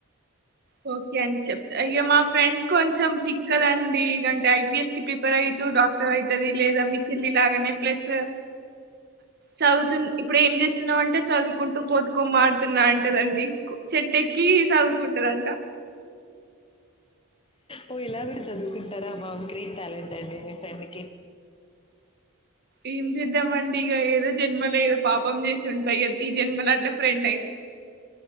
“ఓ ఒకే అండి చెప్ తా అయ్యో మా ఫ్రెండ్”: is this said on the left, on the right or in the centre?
Right